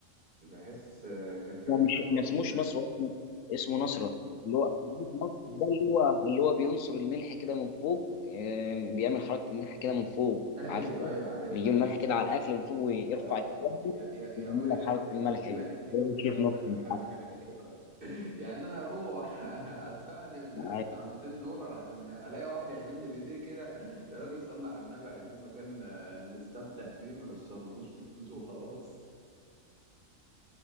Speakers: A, on the right (about 40°); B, on the left (about 75°).
A: بحس آه، كان في واحد
B: هو مش
A: شبهه
B: ما اسموش
A: كده
B: نصر
A: <laughs>
B: هو اسمه اسمه نصرة اللي هو نصرة ده اللي هو اللي هو بينصر الملح كده من فوق آم، بيعمل حركة الملح كده من فوق
A: ايوه
B: عارفه
A: ايوه عارفها
B: بيجيب
A: عارف
B: الملح كده على الأكل من فوق ويرفع
A: اه
B: الجنب
A: يع- يع- يعوج
B: ويعمل لك
A: لك
B: حركة
A: يعوج
B: الملح
A: لك
B: دي
A: ايده
B: هو ده
A: كده
B: شيف
A: ويعمل
B: نصر
A: لك الحركه
B: مش عارف.
A: <laughs> ايوه يعني انا اروح <laughs> ادفع لي مش عارف
B: عارف.
A: بتاع 200 دولار عشان الاقي واحد يعمل لي فيديو كده يا راجل صلي على النبي عايزين مكان آه، نستمتع فيه ما نشمطوش فيه فلوس وخلاص